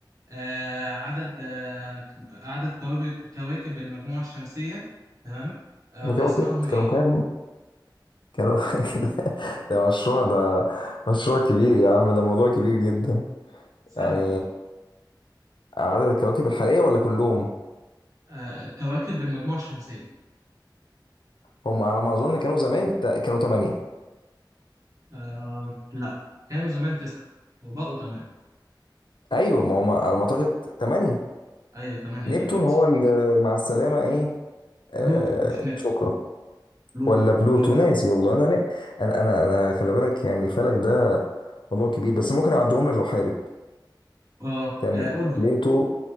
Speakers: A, on the right (about 45°); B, on the left (about 80°).
A: آه، عدد آه، عدد كواكب كواكب المجموعة الشمسية تمام آه، وأسمائهم
B: كانوا
A: إيه؟
B: كانوا كام كانوا <laughs> ده ده مشروع ده مشروع كبير يا عم ده موضوع كبير جدا
A: سهل
B: يعني
A: والله
B: عدد الكواكب الحاليه ولا كلهم
A: آه، كواكب المجموعة الشمسية
B: هم على ما اظن كانوا زمان تا- كانوا ثمانية
A: آه، لا كانوا زمان تسعة وبقوا تمانية
B: ايوه ما هم على ما اعتقد ثمانية
A: أيوة تمانية
B: نبتون
A: دلوقتي
B: هو اللي مع السلامه ايه آه
A: بلوتو مش نبتون
B: شكرا
A: بلوتو
B: ولا بلوتو
A: ولا
B: ناسي والله انا لا انا انا انا خلي بالك يعني الفلك ده موضوع كبير بس ممكن اعدهم لك لو حابب
A: اه
B: كان
A: آه، قولهم
B: بلوتو